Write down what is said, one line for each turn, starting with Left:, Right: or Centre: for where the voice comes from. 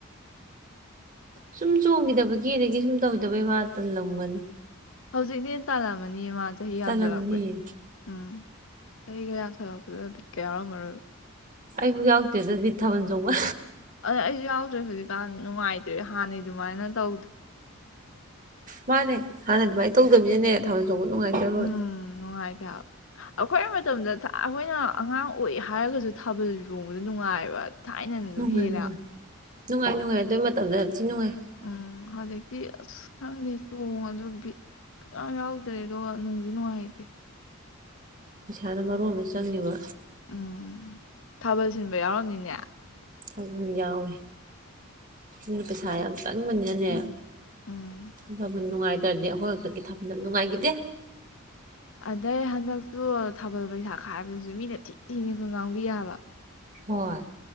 Right: ꯁꯨꯝ ꯆꯣꯡꯒꯤꯗꯕꯒꯤ ꯑꯗꯒꯤ ꯁꯨꯝ ꯇꯧꯒꯤꯗꯕꯩ ꯃꯥ ꯇꯜꯂꯝꯒꯅꯤ
Left: ꯍꯧꯖꯤꯛꯅ ꯍꯦꯟ ꯇꯜꯂꯝꯃꯅꯤ ꯃꯥ ꯆꯍꯤ ꯌꯥꯝꯖꯤꯟ
Right: ꯇꯜꯂꯝꯅꯤꯌꯦ
Left: ꯂꯥꯛꯄꯩ ꯎꯝ ꯆꯥꯍꯤꯒꯥ ꯌꯥꯝ ꯁꯠꯂꯛꯄꯗꯨꯗꯥ ꯕꯤꯠꯀ ꯌꯥꯎꯔꯝꯃꯔꯣꯏꯕ
Right: ꯑꯩꯕꯨ ꯌꯥꯎꯗꯦꯗꯪꯗ ꯕꯤꯠ ꯊꯥꯕꯜ ꯆꯣꯡꯕ
Left: ꯑ ꯑꯩꯁꯨ ꯌꯥꯎꯗ꯭ꯔꯦ ꯍꯧꯖꯤꯛꯀꯥꯟ ꯅꯨꯡꯉꯥꯏꯇ꯭ꯔꯦ ꯍꯥꯟꯅꯩ ꯑꯗꯨꯃꯥꯏꯅ ꯇꯧꯗ꯭ꯔꯦ
Right: ꯃꯥꯅꯦ ꯍꯥꯟꯅꯩ ꯗꯨꯃꯥꯏ ꯇꯧꯗꯅꯤꯝꯅꯅꯦ ꯊꯥꯕꯜ ꯅꯦꯠꯆꯣꯛ ꯅꯨꯡꯉꯥꯏꯇ ꯂꯣꯔꯦ
Left: ꯎꯝ ꯅꯨꯡꯉꯥꯏꯇꯦ ꯍꯥꯏꯕ ꯑꯩꯈꯣꯏ ꯃꯇꯝꯗ ꯑꯩꯈꯣꯏꯅ ꯑꯉꯥꯡ ꯑꯣꯏꯌꯦ ꯍꯥꯏꯔꯒꯁꯨ ꯊꯥꯕꯜ ꯆꯣꯡꯕꯗ ꯅꯨꯡꯉꯥꯏꯕ ꯊꯥꯏꯅꯅ ꯑꯗꯨꯝ
Right: ꯅꯨꯡꯉꯥꯏ
Left: ꯍꯦꯜꯂꯦ
Right: ꯅꯨꯡꯉꯥꯏ
Left: ꯑ
Right: ꯅꯨꯡꯉꯥꯏ ꯅꯨꯡꯉꯥꯏ ꯑꯗꯨꯏ ꯃꯇꯝꯗ ꯌꯥꯝꯊꯤ ꯅꯨꯡꯉꯥꯏ
Left: ꯎꯝ ꯍꯧꯖꯤꯛꯇꯤ ꯑꯁ ꯈꯪꯗꯦ ꯆꯣꯡꯉꯁꯨ ꯕꯤꯠ ꯁꯨꯌꯥꯎ ꯌꯥꯎꯗ꯭ꯔꯦ ꯑꯗꯨꯒ ꯅꯨꯡꯁꯨ ꯅꯨꯡꯉꯥꯏꯇꯦ
Right: ꯄꯩꯁꯥꯅ ꯃꯔꯣꯟ ꯑꯃ ꯆꯪꯉꯤꯕ
Left: ꯎꯝ ꯊꯥꯕꯜ ꯁꯤꯟꯕ ꯌꯥꯎꯔꯝꯅꯤꯅꯦ
Right: ꯊꯥꯕꯜ ꯌꯥꯎꯋꯤ ꯑꯗꯨꯅ ꯄꯧꯁꯥ ꯌꯥꯝꯅ ꯆꯪꯕꯅꯤꯅ ꯅꯦ
Left: ꯎꯝ
Right: ꯊꯥꯕꯜ ꯅꯨꯡꯉꯥꯏꯇ꯭ꯔꯗꯤ ꯑꯩꯈꯣꯏ ꯍꯗꯛꯀꯤ ꯊꯥꯕꯜ ꯌꯝ ꯅꯨꯡꯉꯥꯏꯒꯤꯗꯦ
Left: ꯑꯗꯩ ꯍꯟꯗꯛꯇꯨ ꯊꯥꯕꯜ ꯄꯩꯁꯥ ꯈꯥꯏꯕꯖꯨ ꯃꯤꯅ ꯊꯤ ꯊꯤꯅꯒꯥ ꯉꯥꯡꯕꯤ ꯍꯥꯢꯕ
Right: ꯍꯣꯏ